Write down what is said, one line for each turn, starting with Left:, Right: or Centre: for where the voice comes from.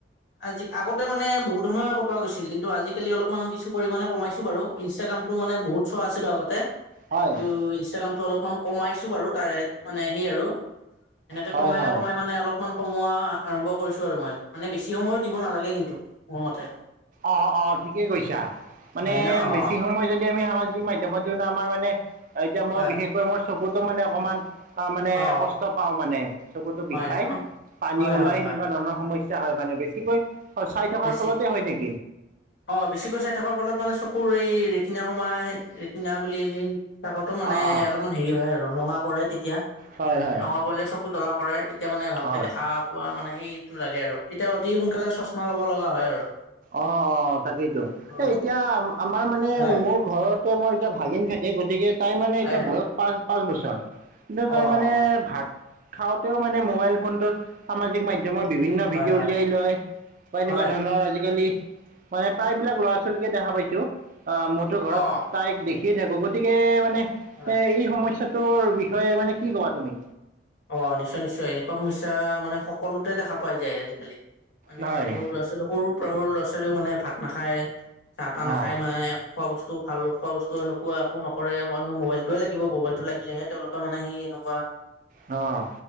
Left: আজি আগতে মানে বহুত সময় কটোৱা গৈছিল, কিন্তু আজালি অলপমান কিছু পৰিমানে কমাইছো বাৰু। ইনষ্টগ্ৰম টো মানে বহুত চোৱা আছিলো আগতে।
Right: হয়
Left: কিন্তু ইনষ্টাগ্ৰামতটো অলপমান কমাইছো বাৰু তাৰে মানে সেই আৰু এনেকে
Right: হয়
Left: কমাই
Right: হয়।
Left: কমাই মানে অলপমান কমোৱা আৰম্ভ কৰিছো আৰু মই, মানে বেছি সময়ো দিব নালাগে কিন্তু মোৰ মতে।
Right: অহ অহ ঠিকে কৈছা, মানে
Left: হয় ন অ
Right: বেছি সময় যদি আমি সামাজিক সামাজিক মাধ্যমত দি, আমাৰ মানে এতিয়া মই
Left: হয়
Right: বিশেষকৈ মোৰ চকুতো মানে অকণমান তাৰ মানে
Left: অ
Right: কষ্ট পাওঁ মানে। চকুটো
Left: হয়
Right: বিষাই
Left: ন
Right: পানী
Left: হয়
Right: ওলাই
Left: হয়
Right: সেনেকুৱা
Left: হয়
Right: ধৰণৰ সমস্যা সমস্যা হয় মানে বেছিকৈ চাই থকাৰ
Left: বেছি
Right: ফলতে হয় নেকি?
Left: অ বেছিকৈ চাই থকাৰ ফলত মানে চকুৰ এই ৰেটিনা সোমাই আহে ৰেটিনা বুলি সেই চকুতো মানে
Right: অঁ অঁ
Left: অলপমান হেৰি হয় আৰু ৰঙা পৰে তেতিয়া।
Right: হয় হয়।
Left: ৰঙা পৰিলে চকু জ্বলা পৰে তেতিয়া মানে ভালকে
Right: হয়।
Left: দেখা পোৱা মানে সেই টো লাগে আৰু তেতিয়া অতি সোনকালে চচমা লব লগা হয় আৰু।
Right: অ অ তাকেইতো
Left: অ
Right: এই এতিয়া আমাৰ মানে
Left: হয়
Right: মোৰ ঘৰত মই এতিয়া ভাগিন থাকে গতিকে তাই মানে
Left: হয়
Right: এতিয়া বয়স পাঁচ পাঁচ বছৰ কিন্তু তাৰ
Left: অ হয়
Right: মানে ভাত খাওতেওঁ মানে মোবাইল ফোনটোৰ সামাজিক মাধ্যমৰ মই বিভিন্ন ভিডিঅ'
Left: হয়
Right: উলিয়াই লয় বা এনেকুৱা
Left: হয়
Right: ধৰণৰ আজি আজিকালি মানে প্ৰায়বিলাক ল'ৰা ছোৱালীকে দেখা পাইছোঁ আহ মোৰতো ঘৰত
Left: অ
Right: তাইক দেখি শিকিয়েই থাকো গতিকে মানে এ
Left: হয়
Right: এই সমস্যাৰ বিষয়ে মানে কি কবা তুমি?
Left: অঁ নিশ্চয় নিশ্চয় এনেকুৱা সমস্যা মানে সকলোতে দেখা পাই যায় আজিকালি। মানে
Right: হয়
Left: সৰু ল'ৰা ছোৱালী সৰুৰ পৰা সৰু ল'ৰা ছোৱালীও মানে ভাত নাখায় চাহ তাহ নাখাই
Right: অঁ
Left: মানে খোৱা বস্তু বু ভাল খোৱা বস্তু এনেকুৱা একো নকৰে মানুহ মোবাইলটোৱে লাগিব মোবাইলতটো লাগিলেহে তেওঁলোকে মানে সেই এনেকুৱা
Right: অঁ।